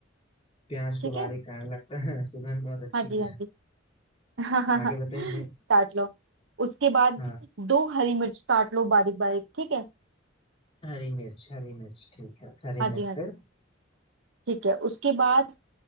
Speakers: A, on the left (about 25°); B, on the right (about 65°).
A: प्याज
B: ठीक
A: को बारीक
B: है
A: काटने लगता है <laughs> सुगंध बहुत अच्छी
B: हाँ जी
A: है
B: हाँ जी <laughs>
A: आगे बताइए
B: काट लो उसके बाद
A: हाँ
B: दो हरी मिर्च काट लो बारीक बारीक ठीक है
A: हरी मिर्च हरी मिर्च ठीक है हरी
B: हाँ
A: मिर्च
B: जी हाँ
A: फिर
B: जी ठीक है उसके बाद